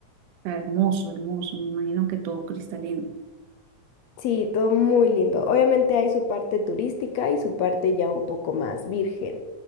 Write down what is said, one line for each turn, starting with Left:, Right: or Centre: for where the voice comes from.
Right: sea, hermoso, hermoso, me imagino que todo cristalino.
Left: Sí, todo muy lindo. Obviamente hay su parte turística y su parte ya un poco más virgen.